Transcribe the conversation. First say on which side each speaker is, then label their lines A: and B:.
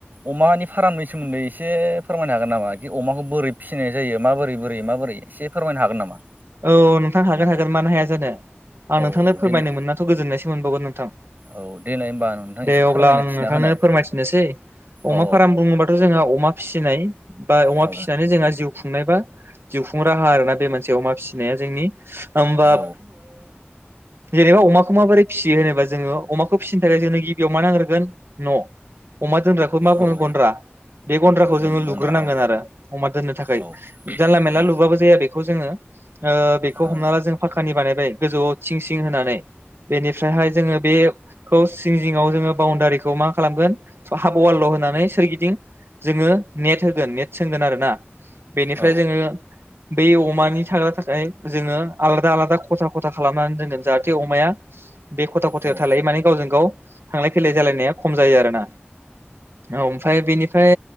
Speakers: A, on the right; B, on the right.
A: अमानि फारामनि सोमोन्दै एसे फोरमायनो हागोन नामा बिदि अमाखौ बोरै फिसिनाय जायो माबोरै बोरै माबोरै एसे फोरमायनो हागोन नामा?
B: औ नोंथां हागोन - हागोन मानो हाया जानो। आं
A: औ
B: नोंथांनो
A: देनाय
B: फोरमायनो मोननाथ' गोजोननायसो मोनबावगोन नोंथां।
A: औ देनाय होमबा नोंथां
B: दे
A: एसे फोरमायना
B: अब्ला आं
A: थिना
B: नोंथांनो
A: होनाय
B: फोरमायथिनोसै अमा
A: औ
B: फार्म बुङोबाथ' जोंहा अमा फिसिनाय बा अमा
A: औ
B: फिसिनानै जोंहा जिउ खुंनाय बा जिउ खुं राहा आर ना बे मोनसे अमा फिसिनाया होमबा
A: औ
B: जेनेबा अमाखौ माबोरै फिसियो होनोबा जोङो अमाखौ फिसिनो थाखाय जोंनो गिबियाव मा नाग्रोगोन न'। अमा दोनग्राखौ मा
A: औ
B: बुङो
A: औ
B: गन्द्रा। बे गन्द्राखौ
A: उम
B: जोङो
A: गन्द्रा
B: लुग्रोनांगोन
A: औ
B: आरो अमा दोननो थाखाय
A: औ
B: जानला मानला
A: औ
B: लुबाबो जाया बेखौ जोङो। ओ बेखौ
A: औ
B: हमना ला जों फाखानि बानायबाय गोजौआव थिं सिं होनानै। बेनिफ्रायहाय जोङो बेखौ सिं जिङाव जोङो बाउणडारिखौ मा खालामगोन स हाबवालल' होनानै सोरगिदिं जोङो नेट होगोन नेट सोंगोन आरोना। बेनिफ्राय
A: औ
B: जोङो बै अमानि थाग्रा थाखाय जोङो आलादा आलादा खथा खथा खालामनानै दोनो जाहाथे अमाया बे खथा खथायाव
A: औ
B: थालायो माने गावजों गाव थांलाय फैलाय जालायनाया खम जायो आरोना। औ ओमफ्राय बेनिफ्राय